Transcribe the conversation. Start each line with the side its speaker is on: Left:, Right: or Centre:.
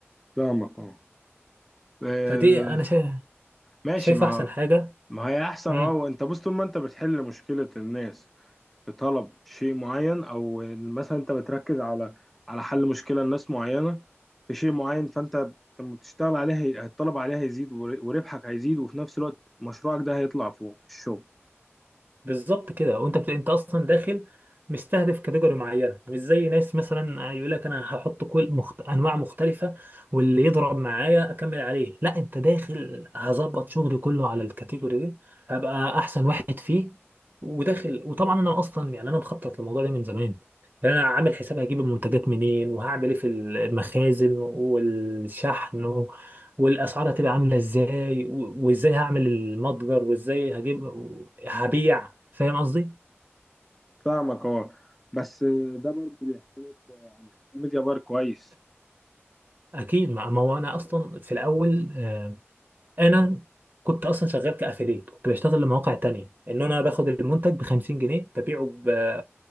Centre: فاهمك اه آه،
Right: فدي انا شايف
Centre: ماشي
Right: شايف
Centre: ما
Right: احسن حاجة
Centre: ما هي احسن
Right: مم.
Centre: اه وانت بص طول ما انت بتحل مشكلة الناس بطلب شيء معين او إن مثلا انت بتركز على على حل مشكلة لناس معينة في شيء معين فانت لما بتشتغل عليها هي- الطلب عليها هيزيد ور- وربحك هيزيد وفي نفس الوقت مشروعك ده هيطلع فوق في الشغل
Right: بالظبط كده وانت بت... انت اصلا داخل مستهدف كاتيجوري معينه مش زي ناس مثلا يقول لك انا هحط كل مخت... انواع مختلفه واللي يضرب معايا اكمل عليه لا انت داخل هظبط شغلي كله على الكاتيجوري دي هبقى احسن واحد فيه وداخل وطبعا انا اصلا يعني انا مخطط للموضوع ده من زمان يعني انا عامل حساب هجيب المنتجات منين وهعمل ايه في المخازن والشحن والاسعار هتبقى عامله ازاي و- وازاي هعمل المتجر وازاي هجيب هبيع فاهم قصدي
Centre: فاهمك اه بس ده برضه بيحتاج ميديا بار كويس
Right: اكيد ما ما هو انا اصلا في الاول آه، انا كنت اصلا شغال كافيليت كنت بشتغل لمواقع تانية ان انا باخد المنتج ب 50 جنيه ببيعه ب